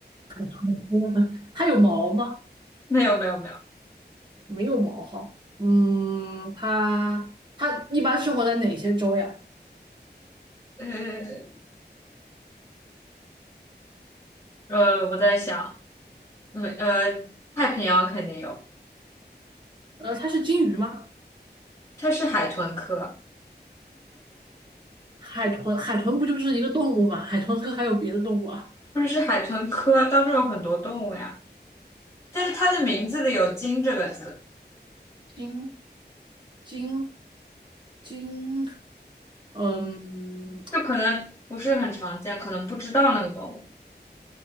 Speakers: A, on the right; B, on the left.
A: <laughs> 它有毛吗？
B: 没有，没有，没有。
A: 没有毛哈。嗯，它它一般生活在哪些洲呀？
B: 呃，呃，我在想，没，呃，太平洋肯定有，
A: 呃，它是鲸鱼吗？
B: 它是海豚科，
A: 海豚，海豚不就是一个动物吗？海豚科还有别的动物啊？
B: 不是是海豚科当中有很多动物呀，但是它的名字里有鲸这个字，
A: 鲸，鲸，鲸，嗯，
B: 就可能不是很常见，可能不知道那个动物。